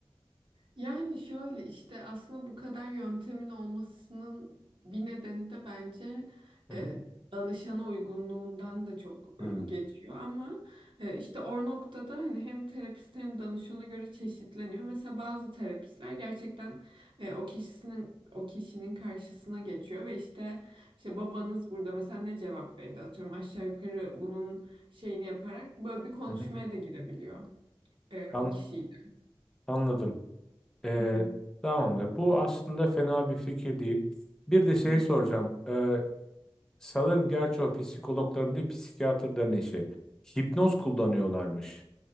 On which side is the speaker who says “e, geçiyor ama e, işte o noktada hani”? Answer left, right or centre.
Right